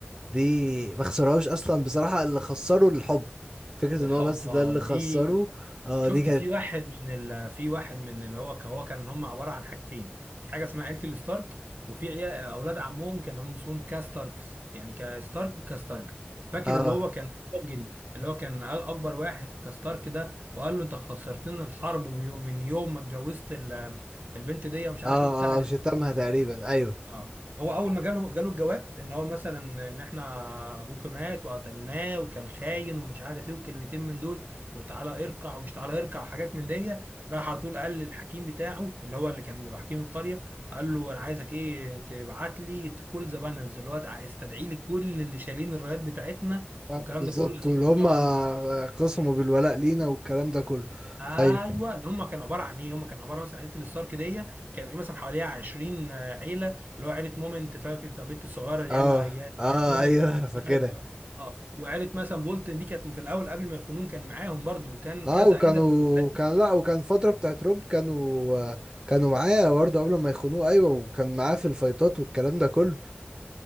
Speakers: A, on the right (about 20°); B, on the right (about 50°).
A: دي ما خسرهاش اصلا بصراحة اللي خسره الحب فكرة
B: الحب
A: ان هو بس ده
B: آه،
A: اللي خسره
B: دي
A: اه
B: شفت
A: دي كانت
B: في واحد من ال... في واحد من اللي هو هو كان هم عباره عن حاجتين في حاجه اسمها عيله الستارك وفي عيال... اولاد عمهم كان هم اسمهم كاستاركس يعني كستارك وكاستارك فاكر
A: اه
B: اللي هو كان الراجل اللي هو كان أ- اكبر واحد في كاستارك ده وقال له انت خسرتنا الحرب من يوم من يوم ما اتجوزت ال... البنت دي ومش عارف
A: اه
B: ايه بتاع
A: اه شتمها تقريبا ايوه
B: اه هو اول ما جاله جاله الجواب ان هو مثلا ان احنا ابوك مات وقتلناه وكان خاين ومش عارف ايه وكلمتين من دول وتعالى اركع ومش تعالى اركع وحاجات من دي راح على طول قال للحكيم بتاعه اللي هو اللي كان بيبقى حكيم القريه قال له انا عايزك ايه تبعت لي كل ذا بانرز اللي هو استدعي لي كل اللي شايلين الرايات بتاعتنا
A: آه،
B: والكلام
A: بالظبط
B: ده كله يا توفي
A: واللي هم
B: طبعا
A: آه، قسموا بالولاء لينا والكلام ده كله
B: ايوه
A: ايوه
B: اللي هم كانوا عباره عن ايه هم كانوا عباره مثلا عيله الستارك دي كان في مثلا حواليها 20 عيله اللي هو عيله مومنت فاكر بتاع البنت الصغيره اللي
A: اه
B: انا يا
A: اه
B: مومنت
A: ايوه انا فاكرها
B: مش عارف اه وعيله مثلا بولتن دي كانت في الاول قبل ما يخونون كان معاهم برضو وكان
A: اه
B: كذا
A: وكانوا
B: عيله من العيلات
A: كان
B: دي
A: لا
B: كلها
A: وكان فترة بتاعت روب كانوا آه، كانوا معاه برضه قبل ما يخونوه ايوه وكان معاه في الفايتات والكلام ده كله